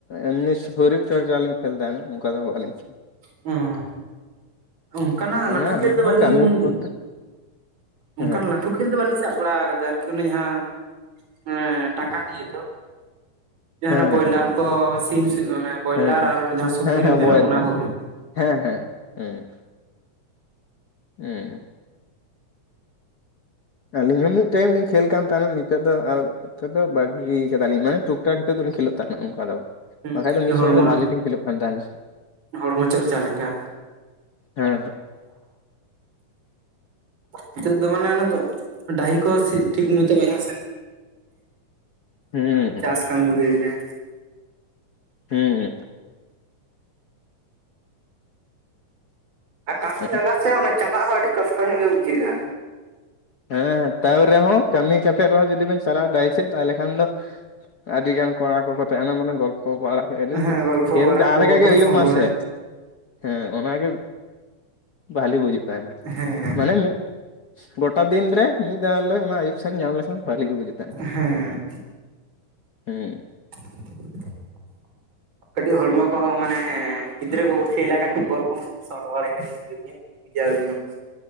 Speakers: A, on the left (about 70°); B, on the right (about 35°).
A: ᱮᱢᱱᱤ ᱥᱚᱨᱤᱨ ᱪᱚᱨᱪᱟ ᱞᱤᱧ ᱠᱷᱮᱞ ᱛᱟᱦᱮᱸᱱᱟ ᱱᱚᱝᱠᱟ ᱫᱚ ᱵᱟᱞᱤᱧ ᱠᱷᱮᱞ᱾
B: ᱦᱩᱸ᱾ ᱚᱝᱠᱟᱱᱟᱜ
A: ᱠᱷᱮᱞᱟ
B: ᱞᱟᱹᱴᱩ ᱠᱷᱮᱞ
A: ᱚᱱᱟ
B: ᱫᱚ
A: ᱚᱱᱟ
B: ᱵᱟᱹᱞᱤᱧ,
A: ᱠᱟᱹᱢᱤ ᱠᱚ
B: ᱚᱝᱠᱟᱱ
A: ᱦᱮᱸ
B: ᱞᱟᱹᱴᱷᱩ ᱠᱷᱮᱞ ᱫᱚ ᱵᱟᱹᱞᱤᱧ ᱥᱟᱵ ᱵᱟᱲᱟ ᱟᱠᱟᱫᱟ ᱟᱨᱠᱤ ᱚᱱᱮ ᱡᱟᱦᱟᱸ ᱢᱟᱱᱮ ᱴᱟᱠᱟ ᱫᱤᱭᱮ ᱫᱚ᱾ ᱡᱟᱦᱟᱸᱱᱟᱜ
A: ᱦᱮᱸ
B: ᱵᱚᱭᱞᱟᱨ
A: ᱦᱮᱸ
B: ᱠᱚ, ᱥᱤᱢ ᱢᱟᱱᱮ ᱵᱚᱭᱞᱟᱨ
A: ᱦᱮᱸ
B: ᱟᱨ ᱡᱟᱦᱟᱸ ᱥᱩᱠᱨᱤ,
A: ᱦᱮᱸ ᱦᱮᱸ
B: ᱢᱮᱨᱚᱢ
A: ᱵᱚᱭ ᱨᱮᱱᱟᱜ
B: ᱚᱱᱟ ᱠᱚᱜᱮ᱾
A: ᱦᱮᱸ ᱦᱮᱸ ᱦᱮᱸ᱾ ᱦᱮᱸ᱾ ᱟᱹᱞᱤᱧ ᱦᱚᱸ ᱢᱤᱫ ᱴᱟᱭᱤᱢ ᱞᱤᱧ ᱠᱷᱮᱞ ᱠᱟᱱ ᱛᱟᱦᱮᱸᱱᱟ ᱱᱤᱛᱚᱜ ᱫᱚ ᱟᱨ <inaudible> ᱱᱤᱛᱚᱜ ᱫᱚ ᱵᱟᱹᱜᱤ ᱠᱟᱫᱟᱞᱤᱧ ᱢᱟᱱᱮ ᱴᱩᱠ ᱴᱟ ᱦᱤᱛᱚᱜ ᱫᱚᱞᱤᱧ ᱠᱷᱮᱞᱳᱜ ᱛᱟᱦᱮᱸᱱᱟ ᱚᱝᱠᱟ ᱫᱚ ᱵᱟᱝ᱾
B: ᱦᱩᱸ
A: ᱵᱟᱠᱷᱟᱡ
B: ᱟᱨᱠᱤ
A: ᱫᱚ ᱢᱤᱫ
B: ᱦᱚᱲᱢᱚ
A: ᱥᱚᱢᱚᱭ ᱫᱚ ᱵᱷᱟᱞᱮ ᱞᱤᱧ ᱠᱷᱮᱞᱳᱜ ᱠᱟᱱ ᱛᱟᱦᱮᱸᱱᱟ᱾
B: ᱦᱚᱲᱢᱚ ᱪᱚᱨᱪᱟ ᱞᱮᱠᱟ᱾
A: ᱦᱮᱸ
B: ᱱᱤᱛᱚᱜ ᱫᱚ ᱢᱟᱱᱮ ᱚᱱᱟ <inaudible> ᱰᱟᱦᱤ ᱠᱚ ᱥᱤᱜ ᱴᱷᱤᱠ ᱢᱚᱛᱚ ᱵᱟᱝ <inaudible>
A: ᱦᱮᱸ
B: ᱪᱟᱥ ᱠᱟᱢᱤ ᱵᱷᱤᱲ ᱨᱮ᱾
A: ᱦᱩᱸ᱾
B: ᱟᱨ ᱠᱟᱢᱤ
A: ᱦᱮᱸ
B: ᱞᱟᱸᱜᱟ ᱥᱮ ᱚᱱᱟ ᱪᱟᱞᱟᱜ ᱦᱚᱸ ᱟᱹᱰᱤ ᱠᱚᱥᱴᱚ ᱧᱚᱜ ᱜᱮ ᱵᱩᱡᱷᱟᱹᱜ-ᱟ᱾
A: ᱦᱮᱸ ᱛᱟᱹᱣ ᱨᱮᱦᱚᱸ ᱠᱟᱹᱢᱤ ᱠᱟᱛᱮᱜ ᱨᱮᱦᱚᱸ ᱡᱩᱫᱤ ᱵᱮᱱ ᱪᱟᱞᱟᱣ ᱰᱟᱹᱦᱤ ᱥᱮᱫ ᱛᱟᱦᱚᱞᱮ ᱠᱷᱟᱱ ᱫᱚ ᱟᱹᱰᱤ ᱜᱟᱱ ᱠᱚᱲᱟ ᱠᱚᱠᱚ ᱛᱟᱦᱮᱸᱱᱟ ᱢᱟᱱᱮ ᱜᱚᱞᱯᱚ ᱵᱟᱲᱟ <inaudible>
B: ᱦᱮᱸ ᱜᱚᱞᱯᱷᱚ
A: ᱠᱷᱮᱞ
B: ᱵᱟᱲᱟ
A: ᱡᱟᱦᱟᱸ
B: ᱵᱚᱞ
A: ᱞᱮᱠᱟ
B: ᱠᱚᱢ
A: ᱜᱮ ᱦᱩᱭᱩᱜ
B: ᱥᱚᱴ
A: ᱢᱟᱥᱮ
B: ᱵᱟᱲᱟᱭ
A: ᱦᱮᱸ ᱚᱱᱟᱜᱮ ᱵᱷᱟᱞᱤ ᱵᱩᱡᱟᱹᱜ ᱛᱟᱦᱮᱸᱱᱟ
B: ᱦᱮᱸ
A: ᱢᱟᱱᱮ ᱢᱤᱫ ᱜᱚ ᱴᱟ ᱫᱤᱱ ᱨᱮ ᱢᱤᱫ ᱫᱷᱟᱣ ᱦᱚᱞᱮᱳ ᱚᱱᱟ ᱟᱹᱭᱩᱵ ᱥᱮᱱ ᱧᱟᱢ ᱞᱮᱠᱷᱟᱱ ᱵᱷᱟᱹᱞᱤ ᱜᱮ ᱵᱩᱡᱩᱜ ᱛᱟᱦᱮᱸᱱ᱾
B: ᱦᱮᱸ
A: ᱦᱩᱸ᱾
B: <inaudible> ᱠᱟᱹᱴᱤᱡ ᱦᱚᱲᱢᱚ ᱠᱚᱦᱚᱸ ᱢᱟᱱᱮ ᱜᱤᱫᱽᱨᱟᱹ ᱠᱚᱠᱚ ᱠᱷᱮᱞᱟ ᱠᱟᱹᱴᱤᱡ ᱵᱚᱞ ᱠᱚ ᱢᱟᱱᱮ ᱥᱚᱴ ᱰᱟᱲᱟᱭᱟ ᱠᱟᱹᱴᱤᱡ ᱡᱩᱫ ᱧᱚᱜ ᱵᱤᱱ ᱵᱩᱡᱷᱟ ᱟᱵᱤᱱ ᱦᱚᱸ᱾